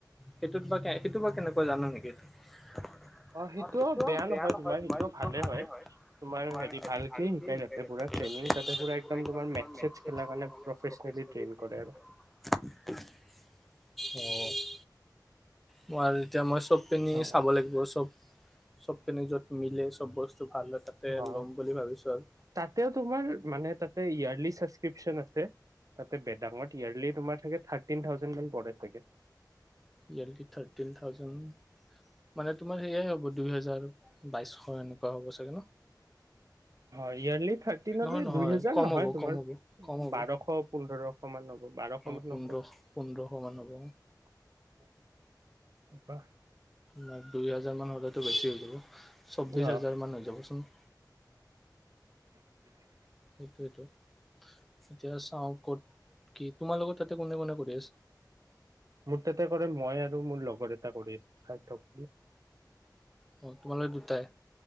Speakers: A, in the centre; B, on the right.
A: সেইটো কিবাকে, সেইটো বা কেনেকুৱা জানা নেকি?
B: অ সেইটোও বেয়া নহয়
A: <unintelligible>
B: তোমাৰ সেইটোও ভালে হয়
A: সেই
B: তোমাৰ হেৰি ভালকে শিকাই
A: বেয়া
B: তাতে পুৰা ট্ৰেইনিং তাতে পুৰা
A: নহয়,
B: একদম তোমাৰ মেথ চেথ খেলাৰ
A: তোমাৰ
B: কাৰণে প্ৰফেচনেলি ট্ৰেইন কৰে
A: ভালে
B: আৰু।
A: <unintelligible> ম আৰু এতিয়া মই <unintelligible> চব পিনে
B: অ
A: চাব লাগিব। চব চব পিনে য'ত ত'ত মিলে চব বস্তু ভাল হয় তাতে
B: অ
A: ল'ম বুলি ভাবিছো আৰু।
B: তাতেও তোমাৰ মানে তাতে ইয়াৰলি সাস্কৃপচন আছে তাতে বেদাঙত ইয়াৰ্লি তোমাৰ থাকে থাৰ্টিন থাউজেণ্ড মান পাই থাগে
A: ইয়াৰলি থাৰ্টিন থাউজেণ্ড মানে তোমাৰ সেয়াই হ'ব দুই হেজাৰ বাইশ এনেকুৱা হ'ব চাগে ন
B: হয় ইয়াৰলি থাৰ্টিনলৈ
A: নহয় নহয়
B: দুই হেজাৰ
A: কম
B: নহয়
A: হ'ব
B: তোমাৰ
A: কম হ'ব কম হ'ব
B: বাৰশ পোন্ধৰশ মান হ'ব বাৰশ
A: অ
B: মান
A: পোন্ধৰশ
B: হব কপ
A: পোন্ধৰশ মান হ'ব ন দুই হাজাৰ <unintelligible> চৌবিশ
B: অ
A: হাজাৰ মন হৈ যাব চাগে
B: উ
A: সেইটোইটো এতিয়া চাওঁ কত কি তোমাৰ লগত তাতে কোনে কোনে কৰি আছে
B: মোৰ তাতে কৰে মই আৰু মোৰ লগৰ এটা কৰি আছো চাই থক
A: অ তোমাল দুতায়